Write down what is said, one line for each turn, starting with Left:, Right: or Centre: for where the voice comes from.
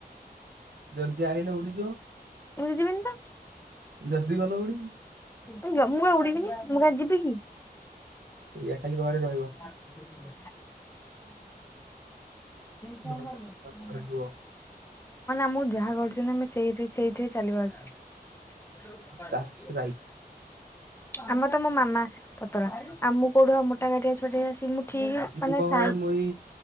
Right: ଜଲଦି ଆଇଲ ଉଡିଯିବ।
Left: ମୁଁ ଯିବିନି ତ।
Right: ଯଦି ଗଲ ଉଡି?
Left: ମୁଁ ଜମା ଉଡିବିନି, ମୁଁ କାହିଁ ଯିବି କି।
Right: ଏଇଆ ଖାଲି ଘରେ ରହିବ।
Left: ହୁଁ। ଭଗବାନ
Right: ଭଲ ଭଲ ଘରେ ରୁହ
Left: ଆମକୁ ଯାହା କରୁଛନ୍ତି ଆମେ ସେଇ ସେଇଥିରେ ଚାଲିବା ଉଚିତ। <unintelligible>
Right: ଦାଟ୍ସ ରାଇଟ୍
Left: ଆମ ତ ମୋ ମାମା ପତଳା, ଆଉ ମୁଁ କୋଉଠୁ ଆଉ ମୋଟା କାଟିଆ ଛୁଆଟେ ଆସିବି। ମୁଁ ଠିକ ମାନେ
Right: ମୁଁ କଣ
Left: ସାଇ
Right: କରେ ମୁଁ ଏଇ